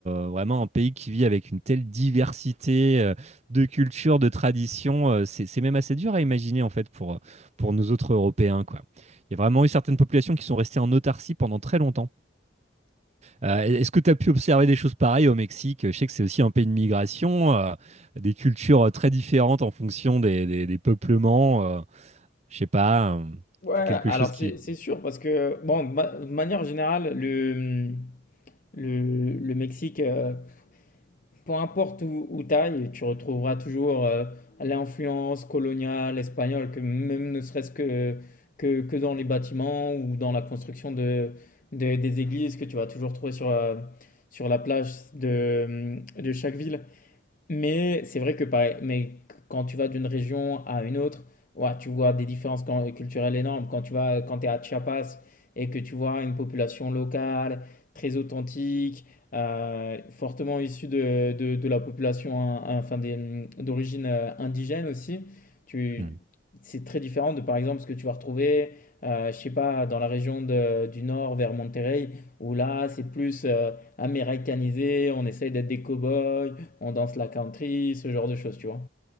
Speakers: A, on the right (about 35°); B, on the left (about 45°).
A: euh, vraiment un pays qui vit avec une telle diversité euh, de cultures, de traditions, euh, c'est c'est même assez dur à imaginer en fait pour, pour nous autres Européens, quoi. Il y a vraiment eu certaines populations qui sont restées en autarcie pendant très longtemps. Euh, est-ce que tu as pu observer des choses pareilles au Mexique? Je sais que c'est aussi un pays de migration, euh, des cultures euh, très différentes en fonction des, des- des peuplements. euh, je sais pas, euh,
B: Ouais,
A: c'est
B: alors
A: quelque chose qui.
B: c'est c'est sûr parce que bon, de ma- de manière générale, le le, le Mexique, euh, peu importe où, où t'ailles, tu retrouveras toujours euh, l'influence coloniale espagnole, que même ne serait-ce que, que que dans les bâtiments ou dans la construction de, de- des églises que tu vas toujours trouver sur euh, sur la plage de de chaque ville. Mais c'est vrai que pareil, mais quand tu vas d'une région à une autre, ouais, tu vois des différences quand- culturelles énormes. Quand tu vas, quand t'es à Chiapas et que tu vois une population locale très authentique, euh, fortement issue de, de, de la population, hein, hein, enfin des- d'origine euh, indigène aussi, tu,
A: Hmm.
B: c'est très différent de par exemple ce que tu vas retrouver, euh, je sais pas, dans la région de- du nord vers Monterrey, où là c'est plus euh, américanisé, on essaye d'être des cow-boys on danse la country, ce genre de choses, tu vois.